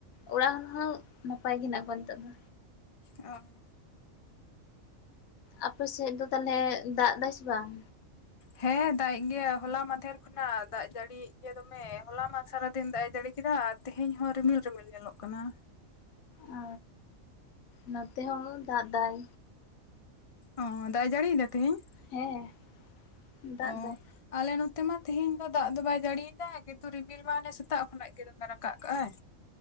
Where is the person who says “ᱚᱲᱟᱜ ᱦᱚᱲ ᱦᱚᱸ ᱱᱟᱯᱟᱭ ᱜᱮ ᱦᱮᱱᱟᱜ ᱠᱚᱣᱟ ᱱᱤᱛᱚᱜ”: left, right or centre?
Left